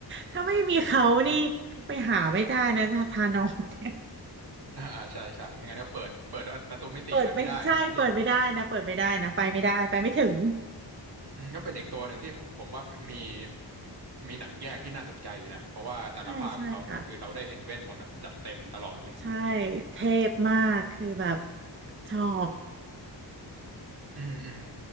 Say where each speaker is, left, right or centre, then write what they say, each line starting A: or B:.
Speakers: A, on the right; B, on the right.
A: ถ้าไม่มีเขานี่ไปหาไม่ได้นะทานอส
B: อ่าอ่าใช่ใช่ไม่งั้นก็เปิดเปิดประตูมิติไปไม่ได้เนาะเรียก
A: เปิดไม่ใช่เปิดไม่ได้นะเปิดไม่ได้นะไปไม่ได้ไปไม่ถึง
B: อืมก็เป็นอีกตัวหนึ่งที่ผมผมว่ามี มีหนังแยกที่น่าสนใจนะเพราะว่าแต่ละภาคของเขาเนี่ยก็คือเราได้เห็นเวทมนต์แบบจัดเต็มตลอดเลย
A: ใช่ใช่ค่ะ ใช่เทพมากคือแบบชอบ
B: อืมอืม